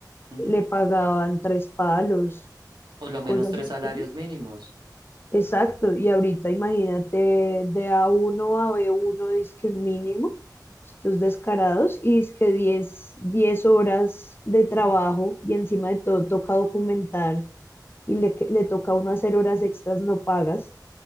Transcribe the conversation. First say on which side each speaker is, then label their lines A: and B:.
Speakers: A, on the right; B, on the left.
A: Ujú.
B: le pagaban tres palos
A: Por lo
B: cosas
A: menos tres
B: así.
A: salarios mínimos.
B: Exacto, y ahorita imagínate de A1 a uno a b 1 que un mínimo, estos descarados, y dizque diez diez horas de trabajo, y encima de todo toca documentar, y le, que- le toca a uno hacer horas extras no pagas.